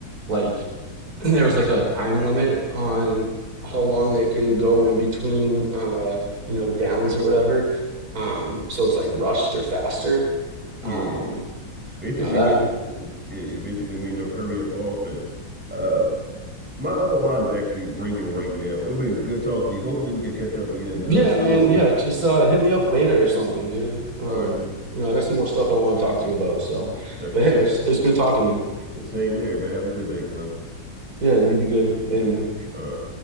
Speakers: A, on the right; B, in the centre.
A: like <clears throat> there was like a time limit on how long they could go in between uh you know downs or whatever um so it's like rushed or faster
B: Yeah,
A: um
B: basically
A: you know that
B: mean yeah, you basically mean the hurry up offense. Uh, my other line is actually ringing right now. It's been good talking to you. Hopefully, we can catch up again
A: yeah
B: uh, soon.
A: man yeah just uh hit me up later or something dude um
B: All right,
A: you know i got some more stuff i want to talk to you about so
B: Uh,
A: but
B: sa-
A: hey it's it's good talking man
B: same here, man. Have a good day, Glenn.
A: yeah you be good later man
B: All right.